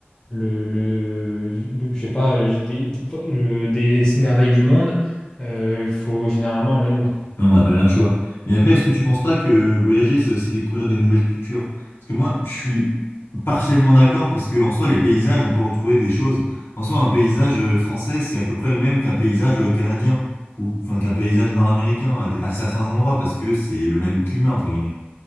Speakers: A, on the left; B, on the left.
A: le, le- je sais pas, j'ai des, des- le- des merveilles du monde, euh, il faut généralement aller loin.
B: Non, on n'a pas bien le choix. Mais après, est-ce que tu penses pas que voyager, c'est aussi découvrir des nouvelles cultures? Parce que moi, je suis partiellement d'accord parce que en soi, les paysages, on peut retrouver des choses. En soi, un paysage euh, français, c'est à peu près le même qu'un paysage euh, canadien ou enfin qu'un paysage nord-américain à, des- à certains endroits parce que c'est le même climat entre guillemets.